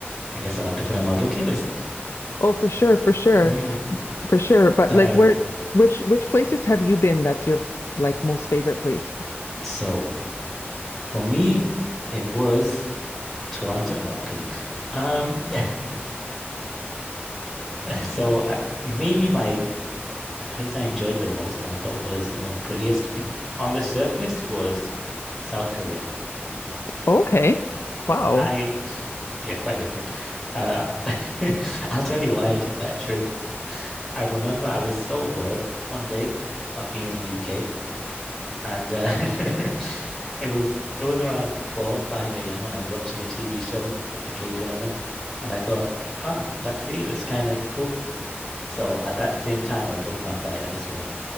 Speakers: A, in the centre; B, on the left (about 80°).
A: I guess I'll have to put it on my bucket list.
B: Oh, for sure, for sure.
A: Mm,
B: For sure. But
A: that
B: like
A: I-
B: where which which places have you been that's your like most favorite place? <laughs>
A: so for me, it was Toronto. No, I'm kidding. Um, <laughs> so I maybe my the place I enjoyed the most and I thought was the most prettiest <clears throat> on the surface was South Korea.
B: Okay. Wow.
A: I, <laughs> yeah, quite different. Uh, <laughs> I'll tell you why I took that trip. I remember I was so bored one day of being in the UK, and uh, <laughs> it was it was around 4 or 5 a.m. and I was watching a TV show, a K-drama, and I thought, ah, that sea looks kind of cool. So at that same time, I booked my flight I just went.